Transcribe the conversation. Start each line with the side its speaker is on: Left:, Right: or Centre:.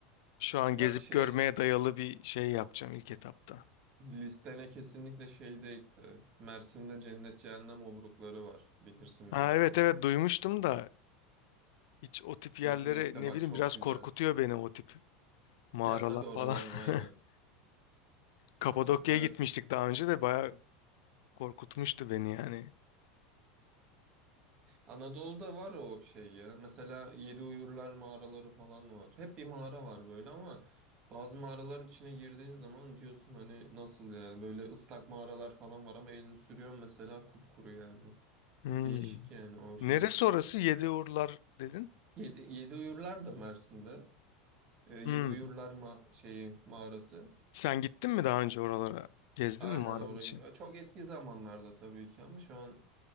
Left: Şu an
Right: <clears throat> Bak
Left: gezip
Right: şey
Left: görmeye dayalı bir şey yapacağım ilk etapta.
Right: Listene kesinlikle şey de ekle. Mersin'de Cennet Cehennem Obrukları var. Bilirsin
Left: Ha
Right: belki.
Left: evet evet duymuştum da hiç o tip
Right: Kesinlikle
Left: yerlere ne
Right: bak
Left: bileyim
Right: çok
Left: biraz
Right: güzel.
Left: korkutuyor beni o tip mağaralar
Right: Ya tabii oralar
Left: falan. <laughs>
Right: aynen.
Left: Kapadokya'ya
Right: Ee, evet.
Left: gitmiştik daha önce de bayağı korkutmuştu beni yani.
Right: Anadolu'da var o şey ya. Mesela Yedi Uyurlar mağaraları falan var. Hep bir mağara var böyle ama bazı mağaraların içine girdiğin zaman diyorsun hani nasıl yani böyle ıslak mağaralar falan var ama elini sürüyorsun mesela kupkuru yani.
Left: Hmm.
Right: Bir değişik yani o şey.
Left: Neresi orası? Yediurlar dedin.
Right: Yedi, Yedi Uyurlar da Mersin'de. E, Yedi
Left: Hmm.
Right: Uyurlar ma şeyi mağarası.
Left: Sen gittin mi daha önce oralara? Gezdin
Right: Aynen
Left: mi mağaranın
Right: orayı.
Left: için?
Right: E, Çok eski zamanlarda tabii ki ama şu an